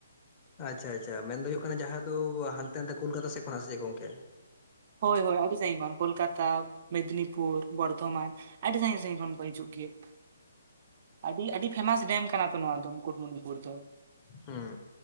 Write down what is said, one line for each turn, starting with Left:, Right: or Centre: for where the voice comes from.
Left: ᱟᱪᱪᱷᱟ ᱟᱪᱪᱷᱟ᱾ ᱢᱮᱱ ᱫᱚ ᱦᱩᱭᱩᱜ ᱠᱟᱱᱟ ᱡᱟᱦᱟᱸ ᱫᱚ ᱦᱟᱱᱛᱮ ᱱᱟᱛᱮ ᱠᱞᱠᱟᱛᱟ ᱥᱮᱡ ᱠᱷᱚᱱᱟᱜ ᱥᱮ ᱪᱮᱫ ᱜᱚᱝᱠᱮ?
Right: ᱦᱳᱭ ᱦᱳᱭ ᱟᱹᱰᱤ ᱥᱟᱜᱤᱧ ᱠᱷᱚᱱ ᱠᱳᱞᱠᱟᱛᱟ ᱢᱮᱫᱽᱱᱤᱯᱩᱨ ᱵᱚᱨᱫᱷᱚᱢᱟᱱ ᱟᱹᱰᱤ ᱥᱟᱹᱜᱤᱧ ᱥᱟᱹᱜᱤᱧ ᱠᱷᱚᱱ ᱠᱚ ᱦᱤᱡᱩᱜ ᱜᱮᱭᱟ᱾ ᱟᱹᱰᱤ ᱟᱹᱰᱤ ᱯᱷᱮᱢᱟᱥ ᱰᱮᱢ ᱠᱟᱱᱟ ᱛᱚ ᱱᱚᱶᱟ ᱫᱚ ᱢᱩᱠᱩᱴᱢᱩᱱᱤᱯᱩᱨ ᱫᱚ᱾
Left: ᱦᱩᱸ᱾